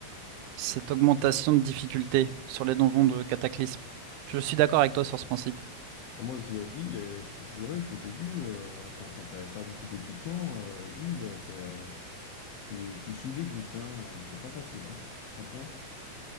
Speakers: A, on the right; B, on the left.
A: cette augmentation de difficulté sur les donjons de Cataclysme. Je suis d'accord avec toi sur ce principe.
B: moi, je jouais heal et je peux te jurer qu'au début, euh, quand, quand t'avais pas beaucoup d'équipement, euh, heal, c'est, tu, tu sues des gouttes, hein, c'est pas facile, hein, franchement.